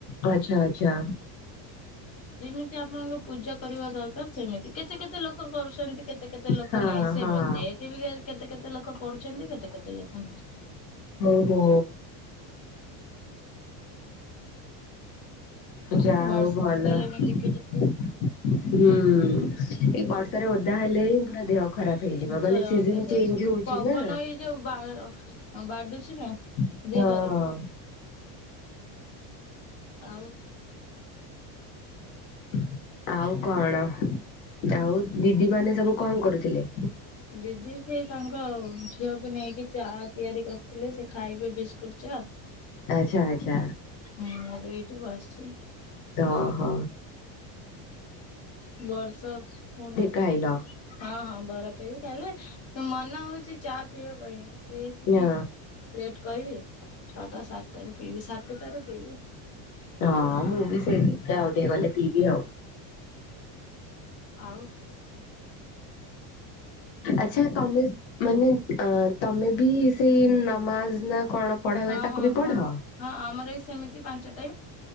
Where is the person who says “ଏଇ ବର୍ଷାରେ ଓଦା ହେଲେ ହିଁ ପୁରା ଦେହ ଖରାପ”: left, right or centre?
Left